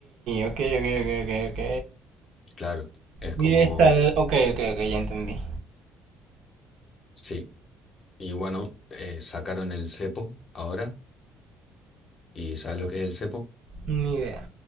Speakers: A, on the right; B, on the left.
A: ok, ok, ok, ok, ok.
B: Claro, es
A: Y
B: como,
A: está el... Ok, ok, ok, ya entendí.
B: sí, y bueno, eh, sacaron el cepo ahora, y ¿sabes lo que es el cepo?
A: Ni idea.